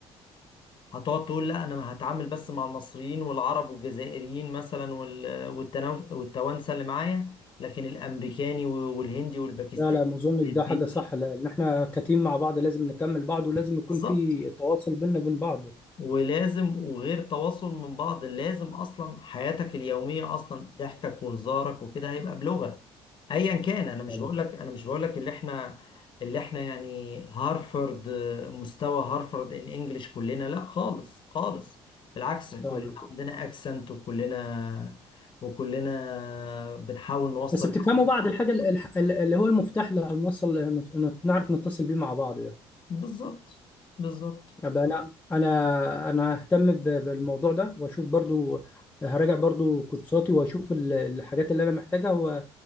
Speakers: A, on the left; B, on the left.
A: هتقعد تقول لا انا هتعامل بس مع المصريين والعرب والجزائريين مثلا وال- والتناو- والتوانسه اللي معايا لكن الامريكاني والهندي والباكستاني
B: لا لا ما اظنش
A: والفلبيني
B: ده حاجه صح لان احنا كتيم مع بعض لازم نكمل بعض ولازم يكون
A: بالظبط
B: في تواصل بيننا وبين بعض
A: ولازم وغير تواصل من بعض لازم اصلا حياتك اليوميه اصلا ضحكك وهزارك وكده هيبقى بلغه ايا كان انا مش
B: فعلا
A: بقولك انا مش بقولك اللي احنا اللي احنا يعني هارفرد مستوى هارفرد ان انجلش كلنا لا خالص خالص بالعكس كلنا
B: اه بالظبط.
A: عندنا اكسنت وكلنا وكلنا بنحاول نوصل
B: بس بتفهموا بعض الحاجه ال- الح- ال- اللي هو المفتاح اللي هنوصل هن- نعرف نتصل بيه مع بعض ده
A: بالظبط بالظبط ان
B: أبقى انا انا انا ههتم ب- بالموضوع ده واشوف برضو هراجع برضو كورساتي واشوف ال- الحاجات اللي انا محتاجها و-